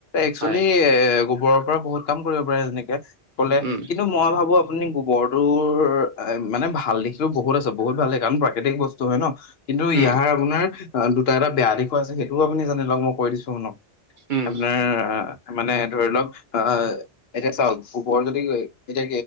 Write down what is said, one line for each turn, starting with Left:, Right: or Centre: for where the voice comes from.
Left: একচুৱেলি
Right: হয়
Left: এ গোবৰৰ পৰা বহুত কাম কৰিব পাৰে যেনেকে কলে <unintelligible>
Right: উম
Left: কিন্তু মই ভাবো আপুনি গোবৰটোৰ এ মানে ভাল দিশটো বহুত আছে বহুত ভাল দিশ কাৰণ প্ৰাকৃতিক বস্তু <unintelligible> বস্তু হয় ন, কিন্তু ইয়াৰ
Right: উম
Left: আপোনাৰ দুটা, এটা বেয়া দিশো আছে সেইটোও আপুনি জানি লওক মই কৈ দিছো শুনক। <unintelligible>
Right: উম
Left: আপোনাৰ আহ মানে ধৰি লওক আহ এতিয়া চাওক <unintelligible> <unintelligible> যদি এতিয়া